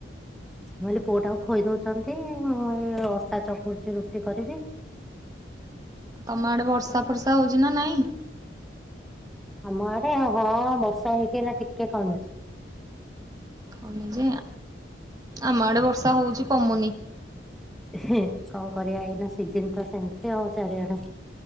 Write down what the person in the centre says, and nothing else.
ମୁଁ କହିଲି ପୁଅଟାକୁ ଖୋଇ ଦଉଛନ୍ତି ମୁଁ ଏଇ ଅଟା ଚକଡ଼ୁଛି ରୁଟି କରିବି।
ଆମ ଆଡ଼େ ହଁ ବର୍ଷା ହେଇକି ଏଇନା ଟିକେ କମିଛି।
କଣ କରିବା ଏଇନା ସିଜିନ୍ ତ ସେମ୍ ତି ଆଉ ଚାରିଆଡ଼େ